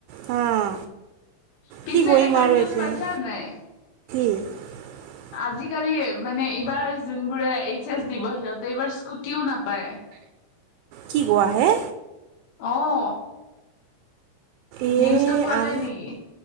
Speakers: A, on the right (about 80°); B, on the left (about 75°).
A: হাঁ
B: পিছে
A: কি কৰিম
B: এটা
A: আৰু
B: নিউজ
A: এতিয়া
B: পাইছা নাই?
A: <inaudible>
B: আজিকালি, মানে এইবাৰ যোনবোৰে এইচ এচ দিব সিহঁতে এইবাৰ স্কুটিও নাপায়।
A: কি কোৱাহে?
B: অ'।
A: এ,
B: নিউজটো পোৱা
A: আম
B: নাই নেকি